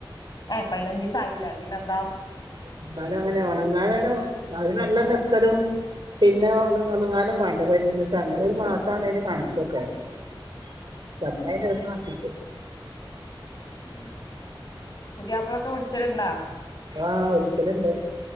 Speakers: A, on the left (about 50°); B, on the right (about 55°).
A: ഏഹ് പയ്നഞ്ചീസം ആയില്ലേ പിന്നെന്താ
B: എന്നാലും അങ്ങനെ ഒണങ്ങാനെല്ലും <unintelligible> നല്ല നിർത്തലും പിന്നെ ഒണു ഒണുങ്ങാനും വാണ്ടേ പയ്നഞ്ചൂസം അങ്ങനെ ഒരു മാസാണ് അയ്ന്റെ കൺക്കൊക്കെ <unintelligible>
A: ഉം പുതിയാപ്പ്ളൊക്കെ വിള്ച്ചല്ണ്ടാ?
B: ആഹ് വിളിക്കല്ണ്ട്.